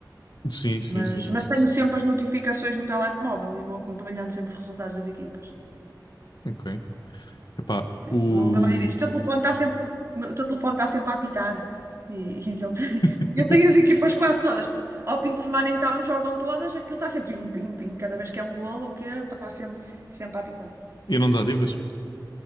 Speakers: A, on the left (about 80°); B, on the right (about 40°).
A: Sim, sim,
B: Mas,
A: sim, sim,
B: mas
A: sim,
B: tenho
A: sim.
B: sempre as notificações no telemóvel e vou acompanhando sempre os resultados das equipas.
A: Ok. Epá,
B: É,
A: o...
B: O meu marido diz: o teu telefone está sempre, o teu telefone está sempre a apitar. E, <laughs> e ele tem-
A: <laughs>
B: <laughs> eu tenho as equipas quase todas. Ao fim de semana, então, jogam todas, aquilo está sempre pim, pim, pim. Cada vez que é um golo, o que é, está sempre, sempre a apitar.
A: E não desativas?